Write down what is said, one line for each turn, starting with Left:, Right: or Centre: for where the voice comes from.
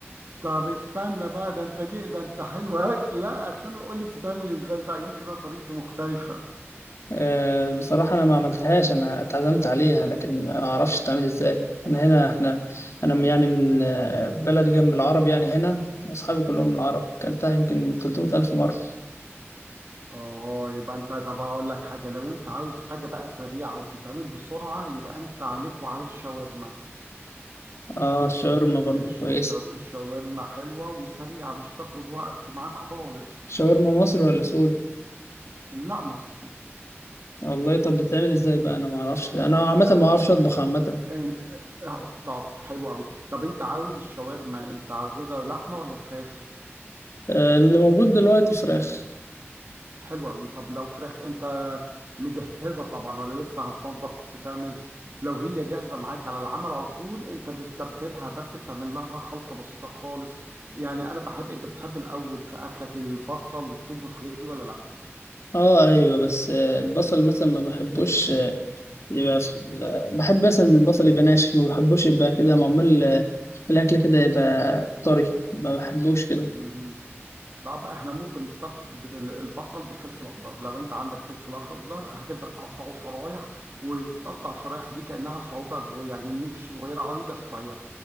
Right: طب استنى بقى ده انت جي ده انت حلو <laughs> هات لا استنى قول لي بتتعمل ازاي بقى يمكن انا طريقتي مختلفة
Left: آه، بصراحة أنا ما عملتهاش أنا اتعزمت عليها لكن ما أعرفش تعمل إزاي أنا هنا إحنا أنا من- يعني من آه، بلد جنب العرب يعني هنا أصحابي كلهم من العرب كلتها يمكن 300 ألف مرة
Right: اه يبقى انت طب اقول لك حاجة لو انت عاوز حاجة بقى سريعة وتتعمل بسرعة يبقى انت عليك وعلى الشاورما
Left: آه الشاورما برضه
Right: الش...
Left: كويسة
Right: الشو... الشاورما حلوة وسريعة مش هتاخد وقت معاك خالص
Left: شاورما مصري ولا سوري
Right: لا مصري
Left: والله طب بتعمل إزاي بقى أنا ما أعرفش أنا عامة
Right: آه،
Left: ما أعرفش أطبخ عامة
Right: انت آه، طب حلو قوي طب انت عاوز الشاورما انت عاوزها لحمة ولا فراخ
Left: آه، اللي موجود دلوقتي فراخ
Right: حلو قوي طب لو فراخ انت مجهزه طبعا ولا لسه هتنضف وتعمل لو هي جاهزه معاك على العمل على طول انت بتتبلها بس بتعمل لها خلطه بسيطه خالص يعني انا بحب انت بتحب الاول في اكلك البصل والثوم والحاجات دي ولا لا
Left: اه ايوه بس آه، البصل مثلا ما بحبوش آه، يبقى في- آه، بحب مثلا البصل يبقى ناشف ما بحبوش يبقى كده معمول آه، الاكل كده يبقى طري ما بحبوش كده
Right: مهم. طب احنا ممكن نستبدل البصل بفلفل اخضر لو انت عندك فلفل اخضر هتبدا تقطعه شرايح وتقطع الشرايح دي كانها صوابع صغيره يعني مش صغيره عريضه شويه